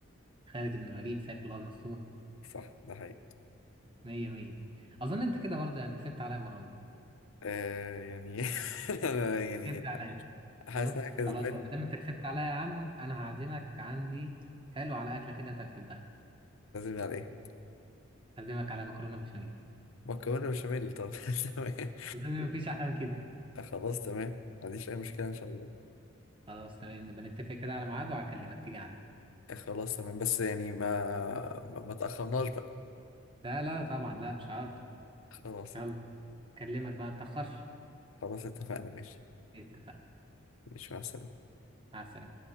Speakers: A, on the right; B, on the left.
A: خالد بن الوليد سيف الله المسلول
B: صح ده حقيقي
A: مية مية أظن أنت كده برضه يعني كسبت عليا المرة دي
B: آه يعني <laughs> أنا يعني
A: كسبت عليا
B: حاسس
A: بس
B: ان انا كسبان
A: خلاص بقى مادام أنت كسبت عليا يا عم أنا هعزمك عندي حلو على أكلة كده أنت بتحبها
B: هتعزمني على ايه؟
A: هعزمك على مكرونة بشاميل
B: مكرونة بشاميل طب <laughs> تمام
A: ما مفيش أحلى من كده
B: آه، خلاص تمام ما عنديش اي مشكله ان شاء الله
A: خلاص تمام نبقى نتفق كده على ميعاد وهكلمك تيجي عندي
B: آه، خلاص تمام بس يعني ما ما ما تاخرناش بقى
A: لا لا طبعا لا مش هقدر
B: خلاص
A: يلا أكلمك بقى ما تأخرش
B: خلاص اتفقنا ماشي
A: اتفقنا
B: ماشي مع السلامه
A: مع السلامة